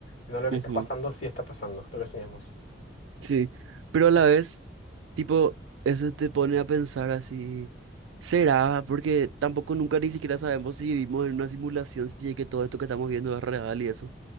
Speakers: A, on the left; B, on the right.
A: en donde lo que
B: Ujú,
A: está pasando sí está pasando, lo que soñamos.
B: Sí, pero a la vez, tipo, eso te pone a pensar así, ¿será? Porque tampoco nunca ni siquiera sabemos si vivimos en una simulación, si es que todo esto que estamos viendo es real y eso.